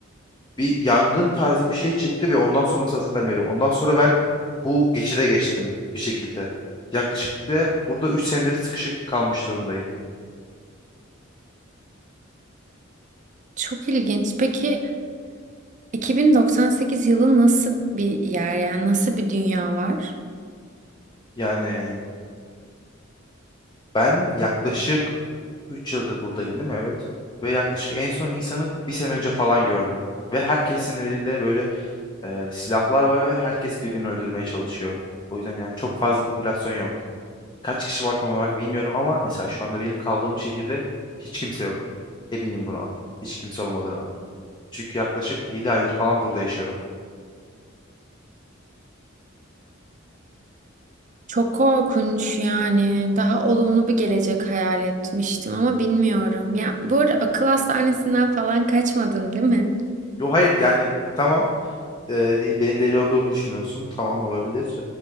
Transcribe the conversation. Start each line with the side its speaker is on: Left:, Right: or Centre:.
Left: bir yangın tarzı bir şey çıktı ve ondan sonrası hatırlamıyorum. Ondan sonra ben bu geçide geçtim bir şekilde. Yaklaşık da burada 3 senedir sıkışık kalmış durumdayım.
Right: Çok ilginç. Peki 2098 yılı nasıl bir yer yani nasıl bir dünya var?
Left: Yani ben yaklaşık Üç yıldır buradayım değil mi? Evet. Ve yaklaşık en son insanı bir sene önce falan gördüm. Ve herkesin elinde böyle e, silahlar var ve herkes birbirini öldürmeye çalışıyor. O yüzden yani çok fazla popülasyon yok. Kaç kişi var tam olarak bilmiyorum ama mesela şu anda benim kaldığım şehirde hiç kimse yok. Eminim buna. Hiç kimse olmadığına. Çünkü yaklaşık 7 aydır falan burada yaşıyorum.
Right: Çok korkunç yani. Daha olumlu bir gelecek hayal etmiştim ama bilmiyorum. Ya bu arada akıl hastanesinden falan kaçmadın değil mi?
Left: Yo hayır yani tamam. e, di- benim deli olduğumu düşünüyorsun. Tamam olabilir.